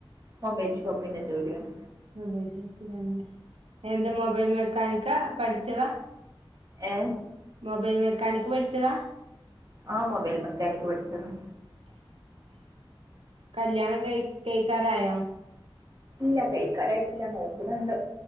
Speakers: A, on the right; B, on the right.
A: മൊബൈൽ ഷോപ്പിന്റെ ജോലിയാണ്
B: പ്രദേശത്തിലാണ് എന്താ മൊബൈൽ മെക്കാനിക്കാ പഠിച്ചതാ
A: ഏ
B: മൊബൈൽ മെക്കാനിക് പഠിച്ചതാ
A: ആ മൊബൈൽ മെക്കാനിക് പഠിച്ചന്ന്
B: കല്യാണ്ണൊക്കെ കയ്ക്കാറായോ
A: ഇല്ല കയ്ക്കാറായ്ട്ടില്ല നോക്കുണുണ്ട്